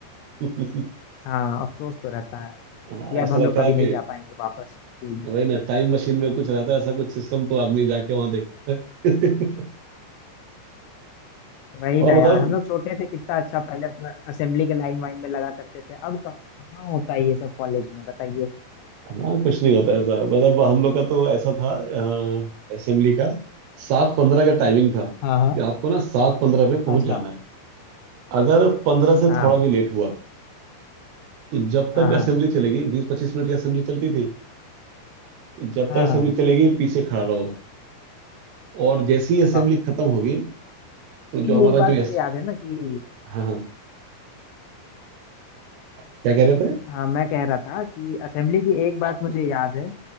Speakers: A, on the right; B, on the left.
A: <laughs>
B: हाँ अफसोस तो रहता है
A: हाँ
B: कि अब
A: ऐसा
B: हम
A: लगता
B: लोग कभी
A: है यार
B: नहीं
A: कि
B: जा पाएंगे वापस स्कूल
A: वही ना टाइम मशीन में कुछ रहता है ऐसा कुछ सिस्टम तो आदमी जाके वहां देखता है
B: वही
A: <laughs>
B: ना
A: और बताओ
B: यार हम लोग छोटे थे कितना अच्छा पहले अपना असेंबली के लाइन वाइन में लगा करते थे अब कहाँ होता है ये सब कॉलेज में बताइए
A: हाँ कुछ नहीं होता ऐसा मतलब हम लोग का तो ऐसा था असेंबली का सात पंद्रह का टाइमिंग था
B: हाँ हाँ
A: कि आपको ना सात पंद्रह में पहुंच
B: अच्छा
A: जाना है अगर पंद्रह से
B: हाँ
A: थोड़ा भी लेट हुआ तो जब तक
B: हाँ हाँ
A: असेंबली चलेगी बीस पच्चीस मिनट की असेंबली चलती थी तो जब
B: हाँ
A: तक
B: हाँ
A: असेंबली
B: हाँ
A: चलेगी पीछे खड़ा रहो और जैसे ही असेंबली
B: बा-
A: खत्म होगी तो जो
B: ये
A: हमारा
B: एक बात
A: जो यस
B: मुझे याद है ना कि
A: हाँ हाँ क्या कह रहे थे
B: हाँ मैं कह रहा था कि असेंबली की एक बात मुझे याद है